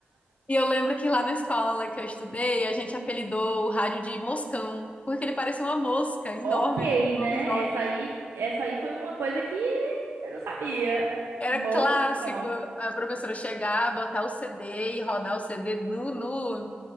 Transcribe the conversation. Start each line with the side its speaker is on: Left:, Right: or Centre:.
Left: E eu lembro que lá na escola que eu estudei, a gente apelidou o rádio de moscão, porque ele parecia uma mosca enorme
Right: Ok,
Left: assim, com
Right: né?
Left: os olhos.
Right: Essa aí, essa aí foi uma coisa que eu não sabia.
Left: Era
Right: Moção.
Left: clássico a professora chegar, botar o CD e rodar o CD no, no,